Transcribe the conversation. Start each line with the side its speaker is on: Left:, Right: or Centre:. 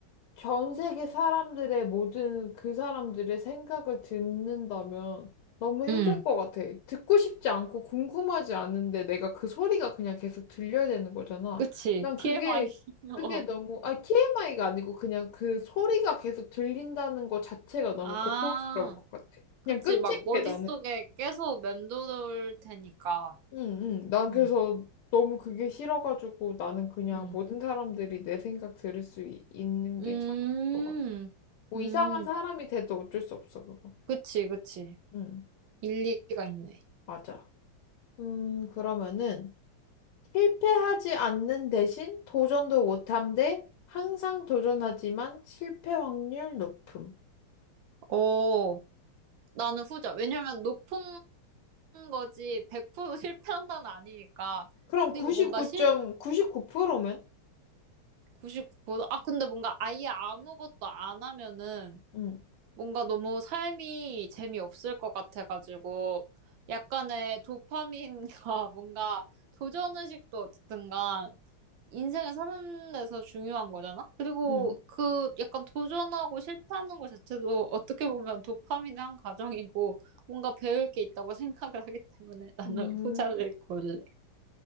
Left: 전 세계 사람들의 모든 그 사람들의 생각을 듣는다면 너무 힘들
Right: 음.
Left: 것 같아. 듣고 싶지 않고 궁금하지 않은데 내가 그 소리가 그냥 계속 들려야 되는 거잖아.
Right: 그치.
Left: 난 그게,
Right: TMI. <laughs>
Left: 그게
Right: 어.
Left: 너무, 아니, TMI가 아니고 그냥 그 소리가 계속 들린다는 것 자체가 너무
Right: 아,
Left: 고통스러울 것 같아. 그냥
Right: 그치.
Left: 끔찍해,
Right: 막 머릿속에
Left: 나는.
Right: 계속 맴돌 테니까.
Left: 응, 응. 난
Right: 응.
Left: 그래서 너무 그게 싫어가지고 나는 그냥
Right: 음.
Left: 모든 사람들이 내 생각 들을 수 있, 는게
Right: 음,
Left: 차라리 것 같아. 뭐
Right: 음,
Left: 이상한 사람이 돼도 어쩔 수 없어, 그거.
Right: 그치, 그치.
Left: 응,
Right: 일리가 있네.
Left: 맞아. 음, 그러면은 실패하지 않는 대신 도전도 못함 대 항상 도전하지만 실패 확률 높음.
Right: 어, 나는 후자. 왜냐면 높은 거지 100% 실패한다는 아니니까.
Left: 그럼
Right: 그리고
Left: 99.99%면?
Right: 뭔가 실 99%, 아, 근데 뭔가 아예 아무것도 안 하면은
Left: 응,
Right: 뭔가 너무 삶이 재미없을 것 같아가지고 약간의 도파민과 <laughs> 뭔가 도전의식도 어쨌든 간 인생을 사는 데서 중요한 거잖아? 그리고
Left: 응.
Right: 그 약간 도전하고 실패하는 것 자체도 어떻게 보면 도파민의 한 과정이고 뭔가 배울 게 있다고 <laughs> 생각을 하기 때문에 나는
Left: 음.
Right: 후자를 고를래.